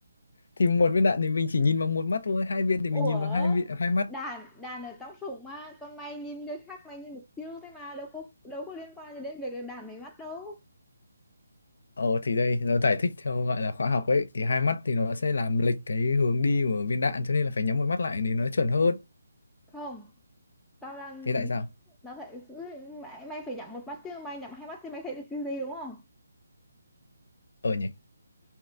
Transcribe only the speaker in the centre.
ủa
đàn đàn ở trong sủng mà còn mày nhìn người khác mày nhìn mục tiêu thế mà đâu có đâu có liên quan gì đến việc đàn mày mắt đâu
không tao đang
nó phải mày mày phải nhắm một mắt chứ mày nhắm hai mắt thì mày thấy được cái gì đúng không